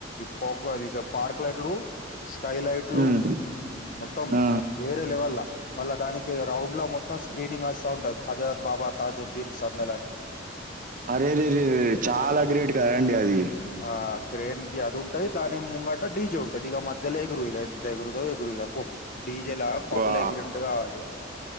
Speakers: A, on the left; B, on the right.
A: పోకు అది పార్క్ లోట్లు స్కైలైట్లు,
B: హ్మ్
A: మొత్తం
B: ఆ
A: వేరే లెవెల్ మళ్ళా దానికి రౌండ్ ల మొత్తం స్క్రీనింగ్ వస్తా ఉంటది, అజాద్ బాబా తాజుద్దీన్ సందల్ అని.
B: అరేరేరే చాలా గ్రేట్ కదండి అది.
A: ఆ క్రేన్ కి అది ఉంటది, దాని ముంగట డీ జే ఉంటది, ఇగ మధ్యల ఎగరు ఇగ త ఎగురుతరో ఎగురు ఇగ పో, డీజెలా పబ్బల
B: బా
A: ఎగిరింట రావాలిగ